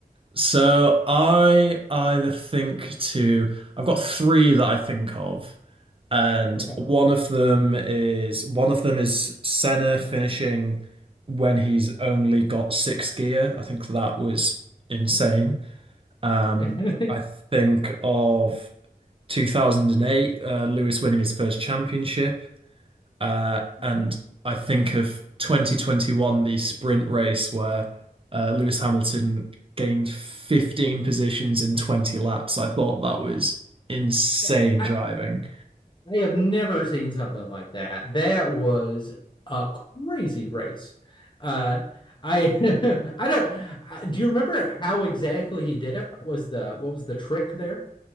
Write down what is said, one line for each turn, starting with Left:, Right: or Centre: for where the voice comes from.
Right: So I either think to I've got three that I think of, and
Left: Okay.
Right: one of them is one of them is Senna finishing when he's only got six gear. I think that was insane. Um,
Left: <laughs> I,
Right: I think of 2008, uh, Lewis winning his first championship. Uh,
Left: Mhm.
Right: and I think of 2021, the sprint race where uh, Lewis Hamilton gained 15 positions in 20 laps. I thought that was insane
Left: Yeah, I
Right: driving.
Left: I have never seen something like that. That was a crazy race. Uh, I <laughs> I don't I, do you remember how exactly he did it? What was the what was the trick there?